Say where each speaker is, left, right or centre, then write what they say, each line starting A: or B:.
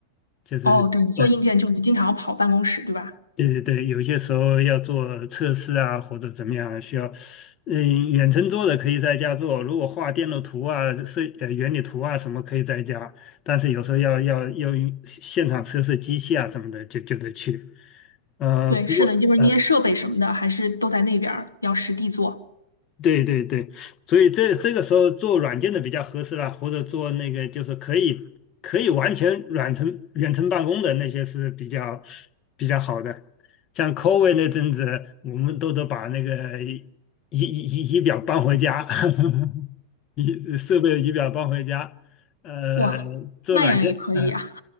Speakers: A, on the left; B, on the left.
A: 就是呃，
B: 哦，对，你做硬件就是经常要跑办公室，对吧？
A: 对对对，有些时候要做测试啊，或者怎么样，需要嗯、远程做的可以在家做，如果画电路图啊、设呃原理图啊什么可以在家，但是有时候要要要用现场测试机器啊什么的，就就得去。呃，
B: 对，
A: 不过。
B: 是的，就是那些设备什么的，
A: 呃。
B: 还是都在那边儿，要实地做。
A: 对对对，所以这这个时候做软件的比较合适啦，或者做那个就是可以可以完全远程远程办公的那些是比较比较好的。像 COVID 那阵子，我们都得把那个仪仪仪仪表搬回家，<laughs> 仪设备仪表搬回家。呃，
B: 哇，
A: 做软件，
B: 那样也可以啊。
A: 嗯、